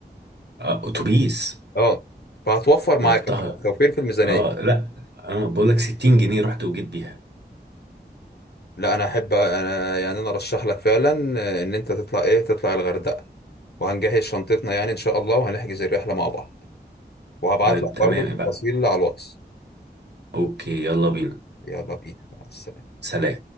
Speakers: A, on the right; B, on the left.
A: آه، أتوبيس
B: اه فهتوفر معاك
A: رحتها
B: هتبقى توفير في الميزانية
A: اه لا انا بقول لك 60 جنيه رحت وجيت بيها
B: لا انا احب انا يعني انا ارشح لك فعلا ان انت تطلع ايه تطلع الغردقة وهنجهز شنطتنا يعني ان شاء الله وهنحجز الرحلة مع بعض وهبعت
A: طيب
B: لك
A: تمام
B: برضه التفاصيل
A: بقى
B: على الواتس
A: اوكي يلا بينا
B: يلا بينا مع السلامة
A: سلام